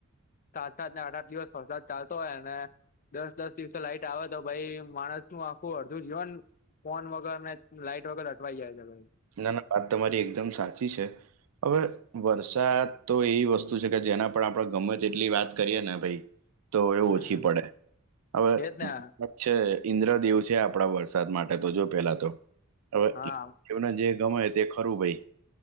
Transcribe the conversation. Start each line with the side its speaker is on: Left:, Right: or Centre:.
Left: સાત- સાત ને આઠ આઠ દિવસ વરસાદ ચાલતો હોયને, દસ- દસ દિવસે લાઈટ આવેતો ભાઈ માણસનું આખું અડધું જીવન, ફોન વગર ને લાઈટ વગર અટવાઈ જાય છે, ભાઈ
Right: ના ના વાત તમારી એકદમ સાચી છે. હવે વરસાદ તો એવી વસ્તુ છે, કે જેના પણ આપણે ગમે તેટલી વાત કરીએેને ભાઈ, તો એ
Left: હમ
Right: ઓછી પડે. હવે,
Left: એજ ને
Right: છે, ઈન્દ્રદેવ છે, આપડા વરસાદ માટે તો જો પેલા તો હવે.
Left: હા
Right: એમને જે ગમે તે ખરું ભાઈ,